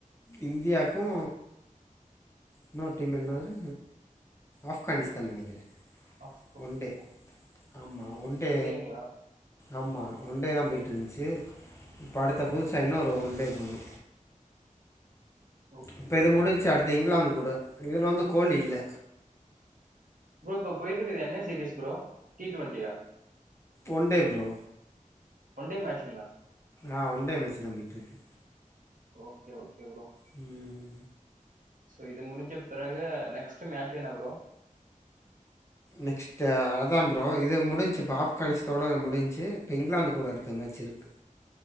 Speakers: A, on the left; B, on the right.
A: இந்தியாகு இன்னொரு டீம் என்னாது ஆஃப்கானிஸ்தானு நெனைகுற
B: ஆப்கானிஸ்தான்
A: ஒன்டே ஆமா ஒன்டே
B: ஒன் டேங்களா?
A: ஆமா ஒன்டே தா போய்ட்டு இருந்துசு இப்போ அடுத்த புதுசா இன்னொரு ஒன்டே போகுது
B: ஓகே
A: இப்போ இது
B: ஓகே
A: முடிஞ்சு
B: ப்ரோ
A: அடுத்து இங்கிலாந்து கூட இதுல வந்து கோலி இல்ல
B: ப்ரோ இப்போ போயிடுருக்கது என்ன சீரியஸ் ப்ரோ டி டுவெண்டியா
A: one day bro
B: one day match
A: ஆ ஒண்டே மேச்சு தா போயிடு இருக்கு
B: ஓகே ஓகே ப்ரோ
A: ம்
B: சோ இது முடிஞ்ச பெறகு நெக்ஸ்ட் மேட்சு என்ன ப்ரோ
A: நெக்ஸ்ட்டு அதா ப்ரோ இது முடிஞ்சு ஆப்கானிஸ்த்தோட இது முடிஞ்சு இங்கிலாந்து
B: ஓகே
A: கூட அடுத்த மேட்சு இருக்கு